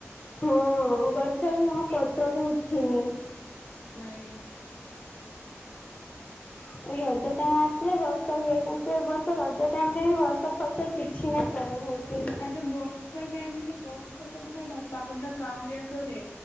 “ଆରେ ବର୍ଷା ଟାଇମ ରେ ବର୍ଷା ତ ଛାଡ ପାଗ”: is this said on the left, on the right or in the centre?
Left